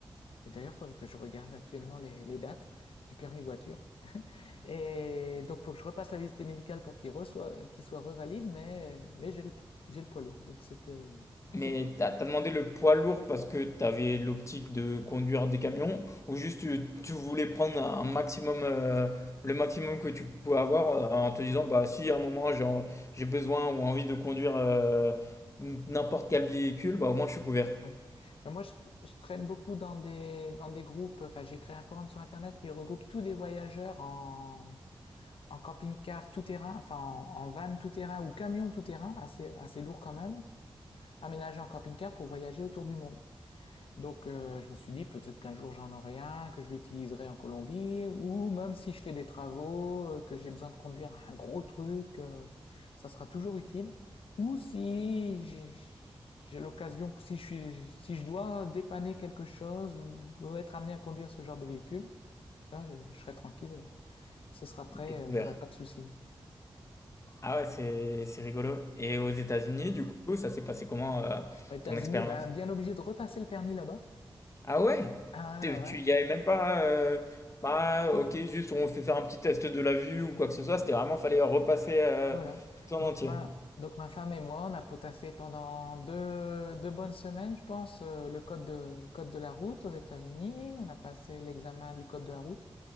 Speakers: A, on the left; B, on the left.
A: Et d'ailleurs, il faudrait que je regarde actuellement les, les dates du permis voiture. <laughs> Et donc, il faut que je repasse la visite médicale pour qu'il reçoit, qu'il soit revalide, mais, mais j'ai le, j'ai le poids lourd. Donc, c'était assez
B: Mais
A: fort.
B: t'as t'as demandé le poids lourd parce que t'avais l'optique de conduire des camions ou juste tu, tu voulais prendre un maximum, euh, le maximum que tu pouvais avoir euh, en te disant bah si à un moment j'ai en- j'ai besoin ou envie de conduire euh, n'importe quel véhicule, bah au moins je suis couvert.
A: Ouais. Ben moi, je, je traîne beaucoup dans des, dans des groupes. Enfin, j'ai créé un forum sur Internet qui regroupe tous des voyageurs en, en camping-car tout-terrain, enfin en, en van tout-terrain ou camion tout-terrain, assez, assez lourd quand même, aménagé en camping-car pour voyager autour du monde. Donc euh, je me suis dit peut-être qu'un jour j'en aurai un, que je l'utiliserai en Colombie, ou même si je fais des travaux, euh, que j'ai besoin de conduire un gros truc, euh, ça sera toujours utile. Ou si j'ai j'ai l'occasion, si je suis, si je dois dépanner quelque chose ou, ou être amené à conduire ce genre de véhicule, là je, je serai tranquille, euh, ce sera prêt,
B: T'es couvert.
A: euh, j'aurai pas de soucis.
B: Ah ouais, c'est c'est rigolo. Et aux États-Unis, du coup, ça s'est passé comment euh,
A: Aux États-Unis,
B: ton expérience?
A: ben bien obligé de repasser le permis là-bas.
B: Ah ouais?
A: Ah
B: T'es-
A: ouais,
B: Tu
A: ouais. ouais.
B: y avait même pas. euh, bah, ok, juste on fait faire un petit test de la vue ou quoi que ce soit. C'était vraiment, fallait repasser euh,
A: Voilà.
B: tout en
A: Donc
B: entier.
A: ma, donc ma femme et moi, on a potassé pendant deux, deux bonnes semaines, je pense, euh, le code de, le code de la route aux États-Unis. On a passé l'examen du code de la route.